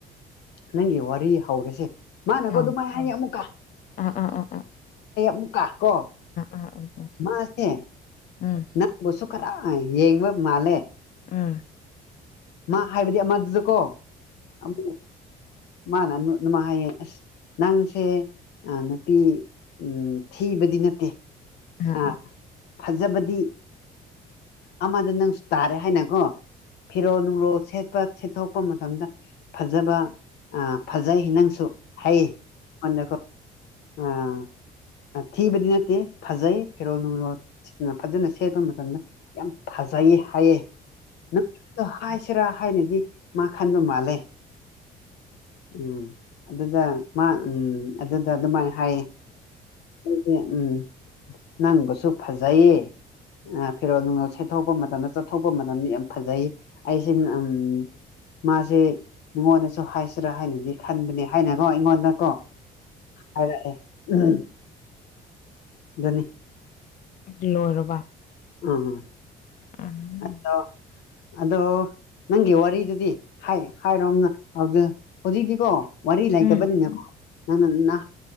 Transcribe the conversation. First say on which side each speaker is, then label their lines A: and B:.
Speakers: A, on the left; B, on the left.
A: ꯅꯪꯒꯤ ꯋꯥꯔꯤ ꯍꯧꯔꯁꯦ ꯃꯥꯅꯀꯣ
B: ꯑꯥꯎ
A: ꯑꯗꯨꯃꯥꯏꯅ ꯍꯥꯏꯉ ꯑꯃꯨꯛꯀ
B: ꯑꯥ ꯑꯥ ꯑꯥ ꯑꯥ
A: ꯃꯨꯀꯥ ꯀꯣ
B: ꯑꯥ ꯑꯥ ꯑꯥ
A: ꯃꯥꯁꯦ
B: ꯎꯝ
A: ꯅꯪꯕꯨꯁꯨ ꯌꯦꯡꯕ ꯃꯥꯂꯦ
B: ꯎꯝ
A: ꯃꯥ ꯍꯥꯏꯕꯗꯤ ꯑꯃꯗꯨꯁꯨꯀꯣ ꯎꯝ ꯃꯥꯅ ꯃꯥꯏ ꯍꯥꯏꯌꯦ ꯑꯁ ꯅꯪꯁꯦ ꯅꯨꯄꯤ ꯎꯝ ꯊꯤꯕꯗꯤ ꯅꯠꯇꯦ
B: ꯎꯝ
A: ꯑꯥ
B: ꯎꯝ
A: ꯐꯖꯕꯗꯤ ꯑꯃꯗ ꯅꯪꯁꯨ ꯇꯥꯔꯦ ꯍꯥꯏꯅꯀꯣ ꯐꯤꯔꯣꯜ ꯅꯨꯡꯔꯣꯜ ꯁꯦꯠꯄ ꯁꯤꯦꯠꯊꯣꯛꯄ ꯃꯇꯝꯗ ꯐꯖꯕ ꯐꯖ ꯍꯤ ꯅꯪꯁꯨ ꯍꯥꯏꯌꯦꯣ ꯑꯥ ꯊꯤꯕꯗꯤ ꯅꯠꯇꯦ ꯐꯖꯩ ꯐꯦꯔꯣꯜ ꯅꯨꯡꯔꯣꯜ ꯐꯖꯅ ꯁꯦꯠꯄ ꯃꯇꯝꯗ ꯌꯥꯝ ꯐꯖꯩꯌꯦ ꯍꯥꯏꯌꯦꯦ ꯅꯪ ꯍꯥꯏꯁꯤꯔꯥ ꯍꯥꯏꯅꯗꯤ ꯃꯥ ꯈꯟꯕ ꯃꯥꯜꯂꯦ ꯎꯝ ꯑꯗꯨꯗ ꯃꯥ ꯎꯝ ꯑꯗꯨꯗ ꯑꯗꯨꯃꯥꯏꯅ ꯍꯥꯏꯌꯦ ꯑꯩꯗꯤ ꯎꯝ ꯅꯪꯕꯨꯁꯨ ꯐꯖꯩꯌꯦ ꯐꯦꯔꯣꯜ ꯅꯨꯡꯣ ꯁꯦꯠꯇꯣꯛꯄ ꯃꯇꯝꯗ ꯆꯠꯊꯣꯛꯄ ꯃꯇꯝꯗ ꯌꯥꯝ ꯐꯖꯩ ꯑꯩꯁꯤ ꯎꯝ ꯃꯥꯁꯦ ꯉꯣꯟꯗꯁꯨ ꯍꯥꯏꯁꯤꯔꯥ ꯍꯥꯏꯅꯗꯤ ꯈꯟꯕꯅꯦ ꯍꯥꯏꯅ ꯑꯣ ꯑꯩꯉꯣꯟꯗꯀꯣ ꯍꯥꯏꯔꯛꯑꯦ ꯎꯝ ꯅꯤ
B: ꯑꯗꯨ ꯂꯣꯏꯔꯕ
A: ꯎꯗꯣ
B: ꯎꯝ
A: ꯑꯗꯣ ꯅꯪꯒꯤ ꯋꯥꯔꯤꯔꯤꯗꯨꯗꯤ ꯍꯥꯏ ꯍꯥꯏꯔꯣꯝꯅ ꯑꯗꯨꯗ ꯍꯧꯖꯤꯛꯗꯤꯀꯣ ꯋꯥꯔꯤꯔꯤ ꯂꯩꯥꯏꯇꯕꯅꯤꯅ
B: ꯎꯝ
A: ꯅ ꯅ